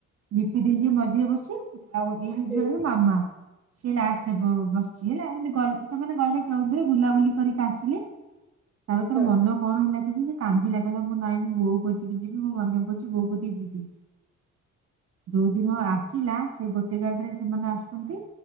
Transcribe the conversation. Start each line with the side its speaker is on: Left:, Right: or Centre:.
Right: ଲିପି ଦେଇ ଯିଏ ମଝିରେ ବସିଛି ଆଉ ଏଇ ଝିଅଟା
Centre: ହୁଁ
Right: ହେଲା ମାମା ସିଏ ଲାଷ୍ଟରେ ବସିଛି ହେଲା ଏମତି ଗ ସେମାନେ ଗଲେ କେଉଁଝର ବୁଲାବୁଲି କରିକି ଆସିଲେ ତାପରେ ତାର
Centre: ହଁ ହଁ
Right: ମନ କଣ ହେଲା କେଜାଣି ସେ କାନ୍ଦିଲା କିହିଲା ମୁଁ ନାଇଁ ମୁଁ ବୋଉ କତିକି ଯିବି ମୋ ମନେ ପଡୁଛି ବୋଉ କତିକି ଯିବି। ଯୋଉ ଦିନ ଆସିଲା ସେ ଗୋଟେ ଗାଡି ରେ ସେମାନେ ଆସନ୍ତି।